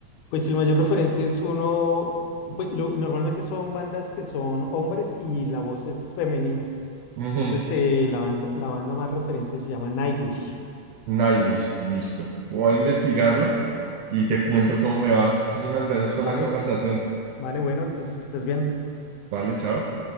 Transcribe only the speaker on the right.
Ujú,
Nightwish, listo. Voy a investigarla y te cuento cómo me va. Muchísimas gracias por
la conversación.
Vale, chao.